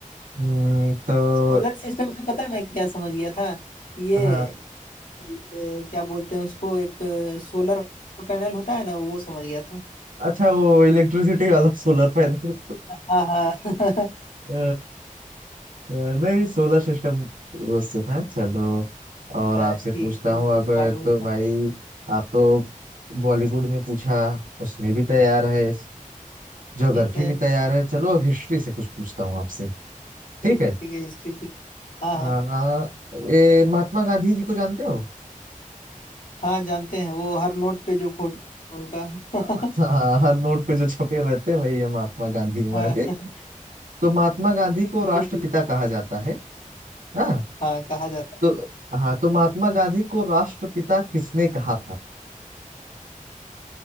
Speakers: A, on the right (about 80°); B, on the left (about 80°).
A: हम्म, तो
B: सोलर सिस्टम से पता है मैं क्या समझ गया था ये
A: हाँ
B: ये क्या बोलते हैं उसको एक सोलर पैनल होता है ना वो समझ गया था
A: अच्छा वो इलेक्ट्रिसिटी वाला सोलर पैनल
B: हाँ हाँ <laughs>
A: <laughs> अ, नहीं सोलर सिस्टम उससे था चलो और
B: हाँ,
A: आपसे
B: ठीक
A: पूछता
B: वो
A: हूँ
B: तो
A: अब
B: मालूम ही
A: तो भाई
B: था
A: आप तो बॉलीवुड में पूछा उसमें भी तैयार है ज्योग्राफी
B: ठीक है
A: भी तैयार है चलो अब हिस्ट्री से कुछ पूछता हूँ आपसे ठीक
B: ठीक
A: है
B: है ठीक है हिस्ट्री पूछ <laughs> हाँ
A: आ,
B: हाँ
A: ये महात्मा गांधी जी को जानते हो
B: हाँ जानते हैं वो हर नोट पे जो फोटो उनका <laughs>
A: <laughs> हाँ हर नोट पे जो छपे रहते हैं वही है महात्मा गांधी हमारे
B: हाँ
A: तो महात्मा गांधी को
B: जी
A: राष्ट्रपिता
B: जी
A: कहा जाता है हाँ
B: हाँ कहा जाता है
A: तो हाँ तो महात्मा गांधी को राष्ट्रपिता किसने कहा